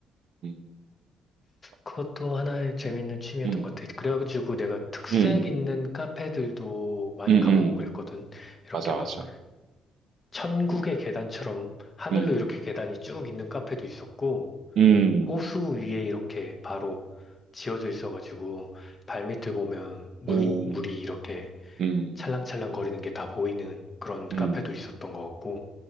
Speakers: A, on the right (about 45°); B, on the left (about 20°).
A: 음.
B: 그것도 하나의 재밌는
A: 음.
B: 취미였던
A: 음.
B: 것 같아. 그래가지고 내가 특색
A: 음.
B: 있는 카페들도 많이
A: 음음.
B: 가보고 그랬거든. 이렇게
A: 맞아,
B: 막
A: 맞아.
B: 천국의
A: 음.
B: 계단처럼 하늘로
A: 음.
B: 이렇게 계단이 쭉 있는 카페도 있었고.
A: 음.
B: 호수 위에 이렇게 바로 지어져 있어가지고 발밑을 보면 물,
A: 오.
B: 물이 이렇게
A: 음.
B: 찰랑찰랑 거리는 게 다 보이는 그런 카페도
A: 음.
B: 있었던 것 같고,